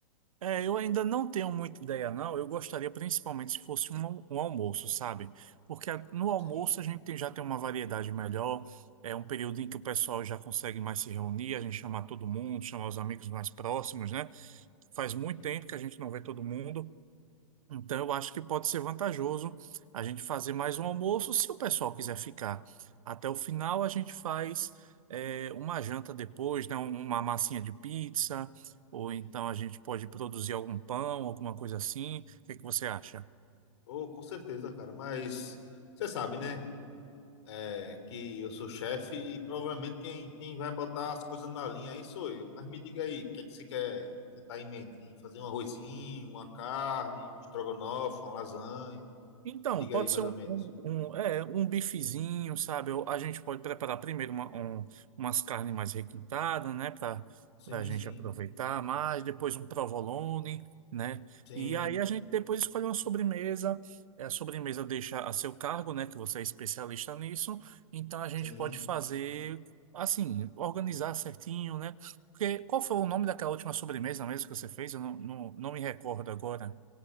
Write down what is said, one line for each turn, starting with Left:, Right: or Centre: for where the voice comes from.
Right: É, eu ainda não tenho muita ideia, não. Eu gostaria principalmente se fosse um, al- um almoço, sabe? Porque a- no almoço
Left: Sim,
Right: a gente tem- já tem uma variedade melhor, é um período em que o pessoal já consegue mais se reunir, a gente chamar todo mundo, chamar os amigos mais próximos, né? Faz muito
Left: tem
Right: tempo
Left: sim,
Right: que a gente não vê todo mundo. Então, eu acho que pode ser vantajoso a gente fazer mais um almoço, se o pessoal quiser ficar até o final, a gente faz é, uma janta depois, né? um, Uma massinha de pizza, ou
Left: tem
Right: então a
Left: sim.
Right: gente pode produzir algum pão, alguma coisa assim. O que que você acha?
Left: Ô, com certeza, cara. Mas você sabe, né? é, que eu sou chefe e provavelmente quem, quem vai botar as coisas na linha aí sou eu. Mas me diga aí, o que é que você quer, você tá em mente? Em fazer um arrozinho, uma carne, um estrogonofe, uma lasanha?
Right: Então,
Left: Me diga
Right: pode
Left: aí, mais
Right: ser um,
Left: ou menos.
Right: um, um- é, um bifezinho, sabe? Ou A gente pode preparar primeiro uma- um- umas carnes mais requintadas, né? Para
Left: Sim,
Right: para a gente
Left: sim,
Right: aproveitar mais, depois um provolone, né?
Left: sim,
Right: E aí a gente depois escolhe uma sobremesa. É, A sobremesa deixa a seu cargo, né? Que você é especialista nisso. Então a gente
Left: sim.
Right: pode fazer assim, organizar certinho, né? Porque qual foi o nome daquela última sobremesa mesmo que você fez? Eu não, não, não me recordo agora.